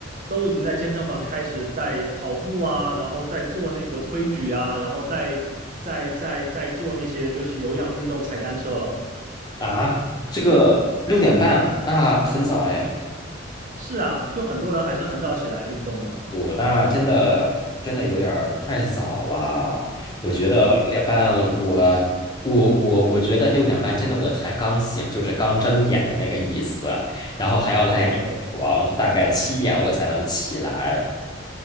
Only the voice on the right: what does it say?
都已经在健身房开始在跑步啊，然后在做那个推举啊，然后在在在在做那些就是有氧运动、踩单车了。
是啊，就很多人还是很早起来运动的。
没错。